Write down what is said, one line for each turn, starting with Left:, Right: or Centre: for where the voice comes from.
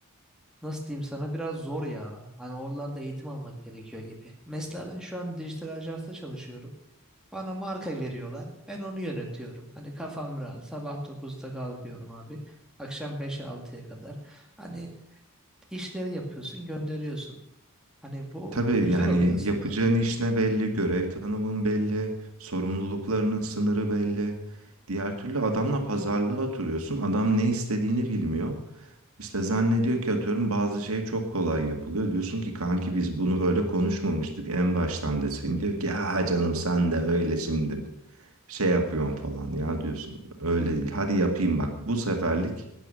Centre: nasıl diyeyim sana biraz zor ya. Hani oralarda eğitim almak gerekiyor gibi. Mesela ben şu an dijital ajansta çalışıyorum. Bana marka veriyorlar. Ben onu yönetiyorum. Hani kafam rahat. Sabah dokuzda kalkıyorum abi. Akşam 5'e altıya kadar. Hani işleri yapıyorsun, gönderiyorsun. Hani bu
Right: Tabii
Centre: güzel
Right: yani
Centre: oluyor aslında.
Right: yapacağın iş ne belli, görev tanımın belli, sorumluluklarının sınırı belli. Diğer türlü adamla pazarlığa oturuyorsun. Adam ne istediğini bilmiyor. İşte zannediyor ki atıyorum bazı şey çok kolay yapılıyor. Diyorsun ki kanki biz bunu böyle konuşmamıştık en baştan desin. Diyor ki ya canım sen de öyle şimdi şey yapıyorsun falan ya diyorsun. Öyle değil hadi yapayım bak bu seferlik